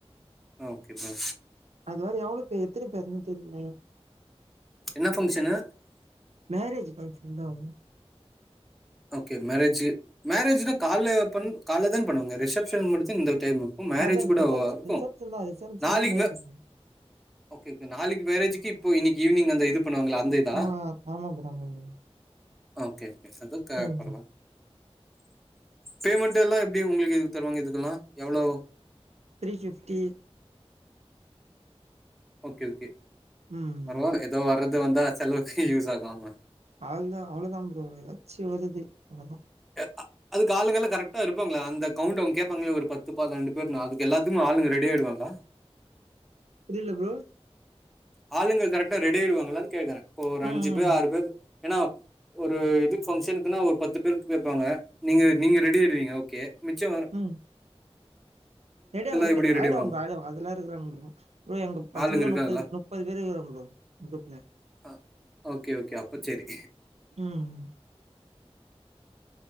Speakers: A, in the centre; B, on the right (about 80°).
A: ஓகே ப்ரோ
B: அது வேற எவ்ளோ பேர் எத்தினி பேருனு தெரில
A: என்ன ஃபங்ஷனு
B: மேரேஜ் ஃபங்கஷன் தான்
A: ஓகே மேரேஜ் மேரேஜ்தான் கால்ல பண் கால்லதான் பண்ணுவாங்க ரிசப்ஷன் முடிச்சி இந்த டைமு மேரேஜ்
B: அதா
A: கூடவா
B: ரிசப்ஷன்
A: இருக்கும்
B: ரிசப்ஷன் தா ரிசப்ஷன்
A: நாளக்கி
B: தா நைட்டு
A: மே
B: ப்ரோ
A: ஓகே ஓகே நாளைக்கி மேரேஜ்க்கு இப்போ இன்னிக்கி ஈவ்னிங் அந்த இது பண்ணுவாங்கள அந்த இதா
B: ஆ ஆமா ப்ரோ ஆமா ப்ரோ
A: ஓகே ஓகே அதுக்க
B: ம்
A: பரவா பேமெண்ட்டெல்லா எப்டி ஒங்குளுக்கு இது தருவாங்க இதுக்கெல்லா எவ்ளோ
B: த்ரீ ஃபிஃப்ட்டி
A: ஓகே ஓகே
B: ம்
A: போணு எதோ வர்றது வந்தா செலவுக்கு யூஸ் ஆகும் ஆமா
B: அவுள்தா அவ்ளோதான் ப்ரோ ஏதாச்சும் வருது அவ்ளோதான்
A: அ அ- அதுக்கு ஆளுங்க எல்லா கரெக்டா இருப்பாங்கலா அந்த கவுண்ட் அவுங்க கேப்பாங்களா ஒரு பத்து பன்னிரெண்டு பேரு அது எல்லாத்துக்கும் ஆளுங்க ரெடி ஆயிடுவாங்களா
B: புரில ஃப்ரோ
A: ஆளுங்க கரெக்டா ரெடி ஆயிடுவாங்களான்னு கேக்குறேன் இப்போ ஒரு அஞ்சு
B: ம்
A: பேர் ஆறு பேர் ஏன்னா ஒரு எதுக்கு ஃபங்க்ஷனுக்குன்னா ஒரு பத்து பேரு கேப்பாங்க நீங்க நீங்க ரெடி ஆயிடுவீங்க ஓகே மிச்சம் வரு
B: ம் ரெடி ஆகுங்க ரெடி
A: எப்டி
B: ஆயிடுவாங்கபா
A: ஆவாங்க
B: ஆயிடுவாங்க அதெல்லாம் இருக்குறானுங்கோ எங்க பசங்கள
A: ஆளுங்க இருக்காங்களா
B: முப்பது பே முப் முப்பது பேறு இருக்கோ ப்ரோ குரூப் ல
A: ஆ ஓகே ஓகே அப்ப சேரி
B: ம் ம்